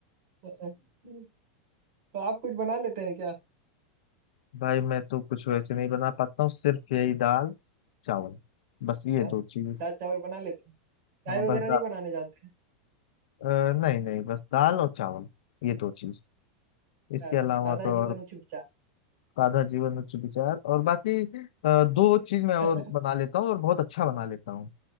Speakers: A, on the right; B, on the left.
A: <laughs> तो आप कुछ बना लेते हैं क्या
B: भाई मैं तो कुछ वैसे नहीं बना पाता हूँ सिर्फ यही दाल चावल बस ये
A: हाँ,
B: दो चीज
A: दाल चावल बना लेते हैं चाय
B: हाँ बस
A: वगैरह नहीं
B: दा,
A: बनाने जानते हैं
B: अ, नहीं नहीं बस दाल और चावल ये दो चीज इसके
A: हाँ,
B: अलावा
A: सादा
B: तो
A: जीवन
B: और
A: उच्च विचार
B: सादा जीवन उच्च विचार और बाकी अ, दो चीज मैं और
A: <laughs>
B: बना लेता हूँ और बहुत अच्छा बना लेता हूँ